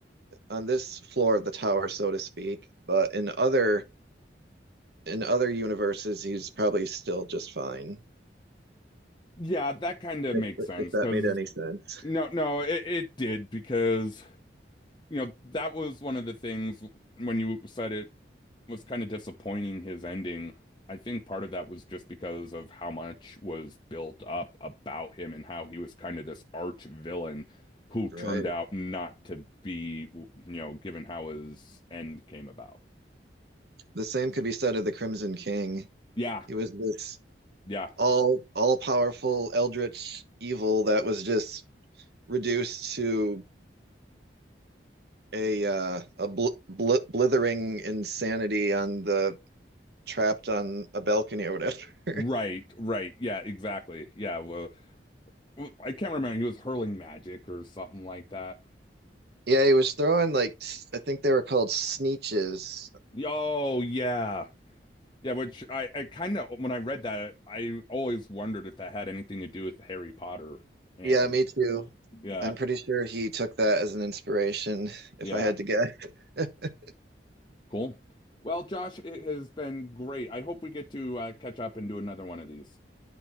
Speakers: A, on the right (about 60°); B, on the left (about 25°).
A: on this floor of the tower, so to speak. But in other in other universes, he's probably still just fine.
B: Yeah, that kind of
A: If
B: makes sense
A: if that
B: because
A: made any sense,
B: no, no, it, it did because you know that was one of the things when you said it was kind of disappointing his ending. I think part of that was just because of how much was built up about him and how he was kind of this arch villain who turned
A: right?
B: out not to be, you know, given how his end came about.
A: The same could be said of the Crimson King.
B: Yeah,
A: He was this
B: yeah.
A: all all powerful eldritch evil that was just reduced to a uh, a bl- bl- blithering insanity on the trapped on a balcony or whatever. <laughs>
B: Right, right. Yeah, exactly. Yeah, well, well, I can't remember. He was hurling magic or something like that.
A: Yeah, he was throwing like s- I think they were called sneeches.
B: Oh, yeah. Yeah, which I, I kind of, when I read that, I always wondered if that had anything to do with Harry Potter. And
A: Yeah, me too.
B: Yeah,
A: I'm pretty sure he took that as an inspiration, if
B: yeah.
A: I had to guess. <laughs>
B: Cool. Well, Josh, it has been great. I hope we get to uh, catch up and do another one of these.